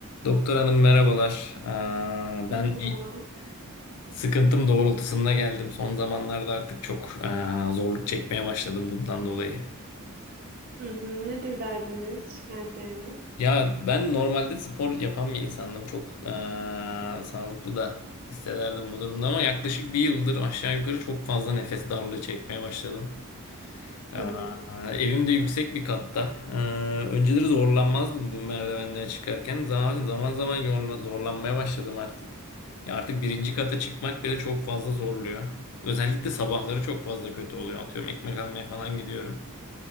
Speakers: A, on the left (about 80°); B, on the right (about 45°).
A: Doktor hanım merhabalar. Aa,
B: Merhaba.
A: ben bir sıkıntım doğrultusunda geldim. Son zamanlarda artık çok aa, zorluk çekmeye başladım bundan dolayı.
B: Hı hı. Nedir derdiniz, şikayetleriniz?
A: Ya ben normalde spor yapan bir insandım. Çok aa, sağlıklı da hissederdim bu durumda ama yaklaşık bir yıldır aşağı yukarı çok fazla nefes darlığı çekmeye başladım. Aa,
B: Hı hı.
A: evim de yüksek bir katta. Ee, önceleri zorlanmazdım bu merdivenlere çıkarken. Zaman zaman zaman yorla- zorlanmaya başladım artık. Ya artık birinci kata çıkmak bile çok fazla zorluyor. Özellikle sabahları çok fazla kötü oluyor. Atıyorum ekmek almaya falan gidiyorum.